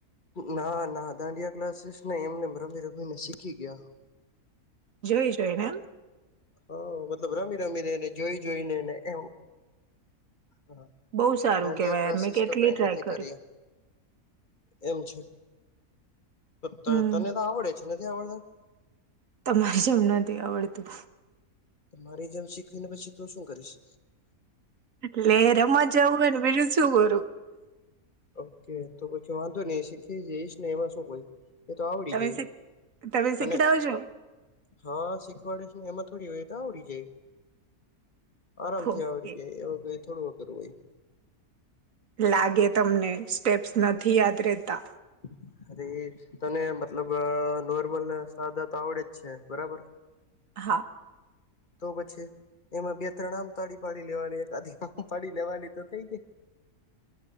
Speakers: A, on the left (about 35°); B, on the right (about 65°).
A: ના ના દાંડિયા ક્લાસીસ નહી એમને રમી રમીને શીખી ગયા.
B: જોઈ જોઈ મેમ
A: હા મતલબ રમી રમીને જોઈ જોઈનેને એમ હ
B: બહુ સારું
A: દાંડિયા
B: કેવાય
A: ક્લાસીસ
B: યાર મેં કેટલી
A: તો કઈ
B: ટ્રાય
A: નથી
B: કરી
A: કરી્યા એમ છે તો
B: હમ
A: તને તો આવડે છે. એ નથીથી આવડતા
B: તમારે જેમ નથી આવડતું
A: મારી જેમ શીખવીને પછી તું શું કરીશ
B: ટ લે રમાં જવું એ બીલું શું ગરું
A: ઓકે તો પછી વાંધો નહી શીખી જઈશ ને એમાં શું કોઈ એ તો આવડી
B: તમે
A: જઈ
B: શીખ તમે
A: તને
B: શીખડાવજો
A: હા શીખવાડે. એમાં થોડી વ તો આવડી જાય આરામથી
B: ઓકે
A: આવડી જાય એ વ થોડું. તરઈ
B: લાગે તમને સ્ટેપ્સ નથી યાદ રતા
A: <unintelligible> અરે તને મતલબ નોર્મલને સાદા તો આવડે જ છે બરાબર
B: હા
A: તો પછી એમાં બે ત્રણ આમ તાળી પાડી લેવાની એક આધી આમ પાડી લેવાની તો થઈ ગઈ.